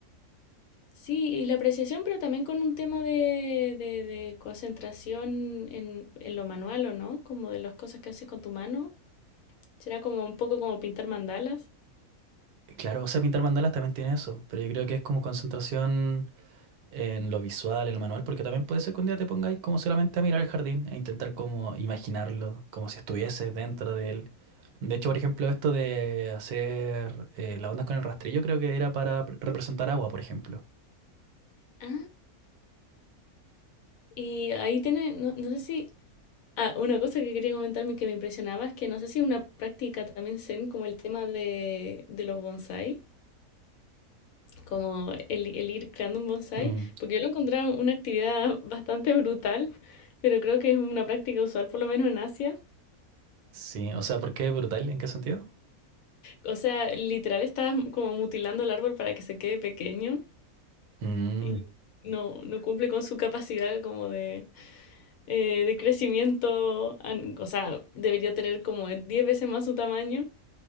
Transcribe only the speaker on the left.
sí, y la apreciación, pero también con un tema de, de, de concentración en, en lo manual, ¿o no? Como de las cosas que haces con tu mano. Será como un poco como pintar mandalas.
Ah, y ahí tiene, no, no sé si... Ah, una cosa que quería comentarme que me impresionaba es que no sé si es una práctica también zen como el tema de, de los bonsai. como el, el ir creando un bonsai,
porque yo lo encontraba una actividad bastante brutal, pero creo que es una práctica usual por lo menos en Asia.
O sea, literal estás como mutilando el árbol para que se quede pequeño
y no, no cumple con su capacidad como de, eh, de crecimiento, an- o sea, debería tener como 10 veces más su tamaño.